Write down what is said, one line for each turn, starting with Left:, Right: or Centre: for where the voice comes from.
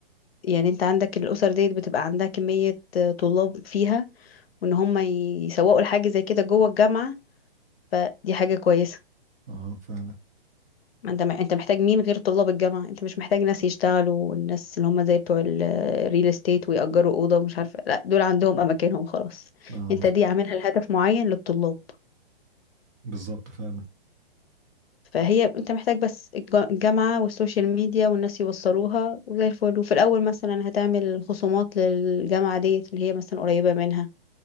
Left: يعني انت عندك الاسر ديت بتبقى عندها كميه آه، طلاب فيها وان هم يسوقوا لحاجه زي كده جوه الجامعه فدي حاجه كويسه
Right: اه فعلا
Left: ما انت انت محتاج مين غير طلاب الجامعه انت مش محتاج ناس يشتغلوا والناس اللي هم زي بتوع الريل استيت ويأجروا اوضه ومش عارفه لا دول عندهم اماكنهم خلاص
Right: اه
Left: انت
Right: مظبوط
Left: دي عاملها لهدف معين للطلاب
Right: بالظبط فعلا
Left: فهي انت محتاج بس الج- الجامعة والسوشيال ميديا والناس يوصلوها وزي الفل وفي الأول مثلا هتعمل خصومات للجامعة ديت اللي هي مثلا قريبة منها